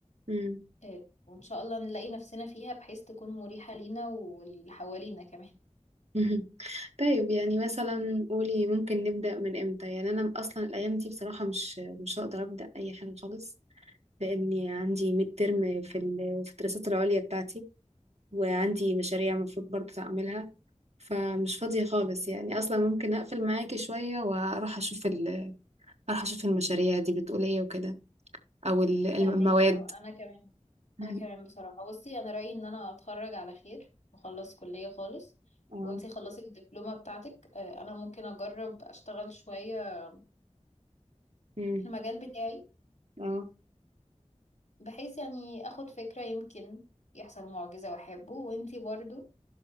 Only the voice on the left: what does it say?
آه، وان شاء الله نلاقي نفسنا فيها بحيث تكون مريحة لينا واللي حوالينا كمان
فاهمكي
اه انا كمان
انا كمان بصراحه بصي انا رايي ان انا اتخرج على خير واخلص كليه خالص
وانتي خلصي الدبلومه بتاعتك آه، انا ممكن اجرب اشتغل شويه
في المجال بتاعي
بحيث يعني اخد فكره يمكن يحصل معجزه واحبه وانتي برضو